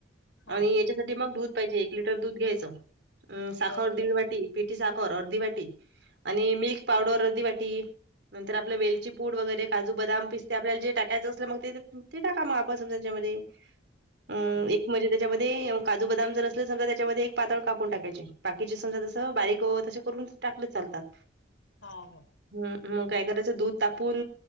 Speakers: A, on the left (about 80°); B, on the right (about 60°).
A: हो
B: आणि, याच्यासाठी मग दूध पाहिजे एक लिटर दूध घ्यायचं, अ साखर
A: हो
B: दीड
A: काय
B: वाटी, पिठी साखर अर्धी वाटी, आणि मिल्क पावडर अर्धी वाटी, नंतर आपलं वेलची पूड वगैरे, काजू, बदाम, पिस्ते आपल्याला जे टाकायचं असलं, मग ते, ते टाका म आपण समजा, त्याच्यामध्ये. अम
A: हो हो
B: एक म्हणजे, त्याच्यामध्ये काजू बदाम जर असले, समजा त्याच्यामध्ये, एक पातळ कापून टाकायचे. बाकीची समजा, जस बारीक, तस करून टाकलेत, चालतात.
A: हा हा.
B: हम्, मग काय करायचं, दूध तापून,